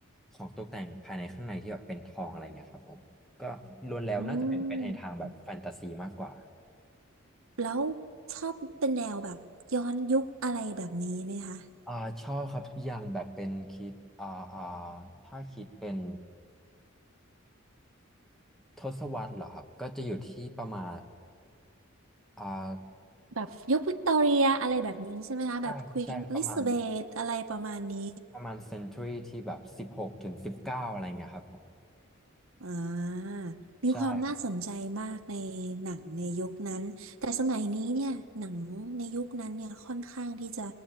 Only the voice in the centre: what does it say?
ของตกแต่งภายในข้างในที่แบบเป็นทองอะไรเงี้ยครับผมก็ล้วนแล้วน่าจะเป็นไปในทางแบบแฟนตาซีมากกว่า
อ่าชอบครับอย่างแบบเป็นคิดอ่าอ่าถ้าคิดเป็นทศวรรษเหรอครับก็จะอยู่ที่ประมาณอ่า
ใช่ใช่ประมาณ
ประมาณเซนตรีที่แบบสิบหกถึงสิบเก้าอะไรเงี้ยครับผม
ใช่ครับ